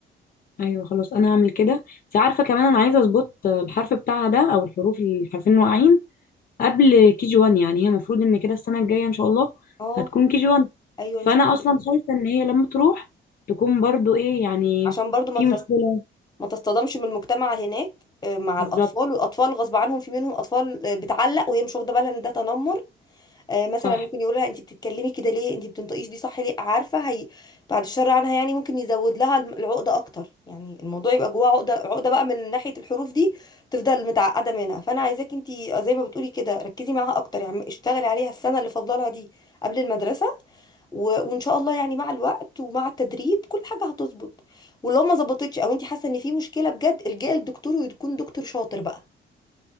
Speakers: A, on the left; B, on the left.
A: ايوه خلاص انا هعمل كده انت عارفه كمان انا عايزه اظبط الحرف بتاعها ده او الحروف الحرفين اللي واقعين قبل كي جي 1 يعني هي المفروض ان كده السنه الجايه ان شاء الله
B: اه
A: هتكون كي جي 1
B: ايوه
A: فانا
B: ان شاء الله
A: اصلا خايفه ان هي لما تروح تكون برضو ايه يعني
B: عشان برضو ما
A: في
B: تص...
A: مشكله
B: ما تصطدمش من المجتمع هناك آه، مع
A: بالظبط
B: الاطفال والاطفال غصب عنهم في منهم اطفال آه، بتعلق وهي مش واخده بالها ان ده تنمر آه، مثلا
A: صح
B: ممكن يقول لها انت بتتكلمي كده ليه انت بتنطقيش دي صح ليه عارفه هي بعد الشر عنها يعني ممكن يزود لها الم- العقده اكتر يعني الموضوع يبقى جواها عقده عقده بقى من ناحيه الحروف دي تفضل متعقده منها فانا عايزاك انت زي ما بتقولي كده ركزي معاها اكتر يعني اشتغلي عليها السنه اللي فاضلها دي قبل المدرسه و... وان شاء الله يعني مع الوقت ومع التدريب كل حاجه هتظبط ولو ما ظبطتش او انت حاسه ان في مشكله بجد الجئي لدكتور ويكون دكتور شاطر بقى